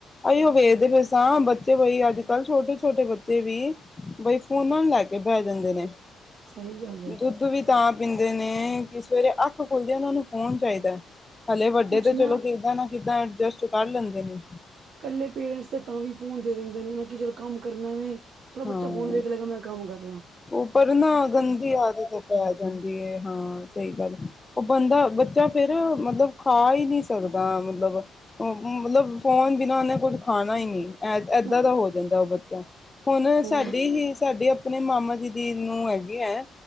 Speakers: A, on the left; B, on the right.
A: ਆਈ ਉਹ ਵੇਖਦੇ ਹਾਂ ਬੱਚੇ ਬਈ ਅੱਜ-ਕੱਲ੍ਹ ਛੋਟੇ-ਛੋਟੇ ਬੱਚੇ ਵੀ ਬਈ ਫੋਨਾਂ ਨੂੰ ਲੈ ਕੇ ਬਹਿ ਜਾਂਦੇ ਨੇ
B: ਸਹੀ ਗੱਲ ਹੈ
A: ਦੁੱਧ ਵੀ ਤਾਂ ਪੀਂਦੇ ਨੇ ਕਿ ਸਵੇਰੇ ਅੱਖ ਖੁੱਲਦੇ ਉਹਨਾ ਨੂੰ ਫੋਨ ਚਾਹੀਦਾ। ਹਲੇ ਵੱਡੇ
B: ਕੁਛ
A: ਤੇ ਚਲੋ
B: ਨਾ
A: ਕਿੱਦਾਂ ਨਾ ਕਿੱਦਾਂ ਅਡਜਸਟ ਕਰ ਲੈਂਦੇ ਨੇ।
B: ਇਕੱਲੇ ਪੇਰੈਂਟਸ ਤੇ ਤਾਂ ਵੀ ਫੋਨ ਦੇ ਦਿੰਦੇ ਨੇ, ਨਾ ਕਿ ਚਲ ਕੰਮ ਕਰਨਾ ਵੇਂ। ਚਲੋ
A: ਹਾਂ
B: ਬੱਚਾ ਫੋਨ ਵੇਖ ਲਗਾ ਮੈਂ ਕੰਮ ਕਰ ਲਾਂ।
A: ਉਹ ਪਰ ਨਾ ਗੰਦੀ ਆਦਤ ਪੈ ਜਾਂਦੀ ਹੈ, ਹਾਂ ਸਹੀ ਗੱਲ ਏ। ਉਹ ਬੰਦਾ ਬੱਚਾ ਫੇਰ ਮਤਲਬ ਖਾ ਹੀ ਨਹੀਂ ਸਕਦਾ, ਮਤਲਬ-ਮਤਲਬ ਫੋਨ ਬਿਨਾ ਉਹਨੇ ਕੁੱਝ ਖਾਣਾ ਹੀ ਨੀ,
B: ਹੈ
A: ਏਦਾਂ ਦਾ ਹੋ ਜਾਂਦਾ ਉਹ ਬੱਚਾ। ਹੁਣ
B: ਹੋਰ
A: ਸਾਡੀ ਹੀ ਸਾਡੇ ਆਪਣੇ ਮਾਮਾ ਜੀ ਦੀ ਨੂੰ ਹੈਗੇ ਹੈ